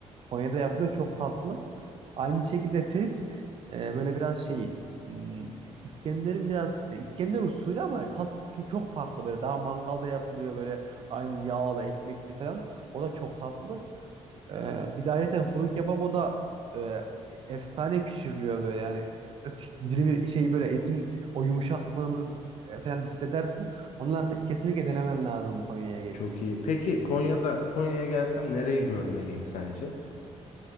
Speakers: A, on the right; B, on the left.
A: Konya'da yapılıyor çok tatlı. Aynı şekilde trit e, böyle biraz şeyi hmm, İskender'in biraz yani İskender usulü ama tat çok, çok farklı böyle daha mangalda yapılıyor böyle aynı yağlı ekmekli falan. O da çok tatlı. Ee, bir de ayrıca fırın kebabı da e, efsane pişiriliyor böyle yani <laughs> dilimi şey böyle etin o yumuşaklığını e, falan hissedersin. Onları kesinlikle denemen lazım Konya'ya gelip.
B: Çok iyi. Peki Konya'da Konya'ya gelsem nereyi görmeliyim sence?